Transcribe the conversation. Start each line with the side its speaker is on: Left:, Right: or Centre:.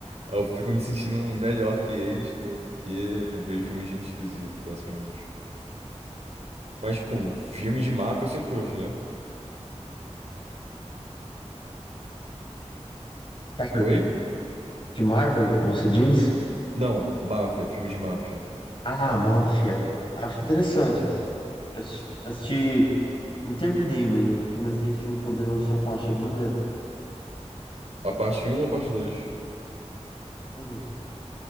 Right: Aí Eu fico me sentindo melhor que eles porque eu vejo filme de gente esquisita, basicamente. Mas, tipo, filme de máfia você curte, né?
Left: Cara,
Right: Oi?
Left: de Marvel, você diz?
Right: Não, máfia, filme de máfia.
Left: Ah, Máfia. Acho interessante.
Right: Aham.
Left: Eu assisti, assisti- não terminei, mas eu comecei a assistir O Poderoso Chefão, achei maneiro.
Right: A parte um ou a parte dois
Left: Uhum.